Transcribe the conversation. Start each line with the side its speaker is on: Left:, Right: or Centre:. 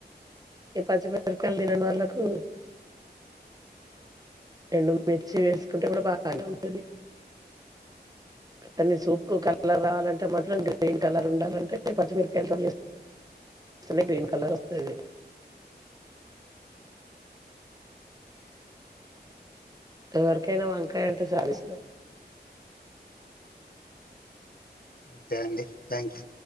Right: ఈ పచ్చిమిరుపకాయలు తిన నోళ్ళకు ఎండు మిర్చి వేసుకుంటే కూడా బానే ఉంటది కని సూపుకు కలర్ రావాలంటే మాత్రం గ్రీన్ కలర్ ఉండాలంటే పచ్చిమిరుపకాయలుతోటి చేస్తే గ్రీన్ కలర్ వస్తది ఎవరికైనా వంకాయ అంటే చాలిస్టాం
Left: ఓకే అండి థ్యాంక్ యూ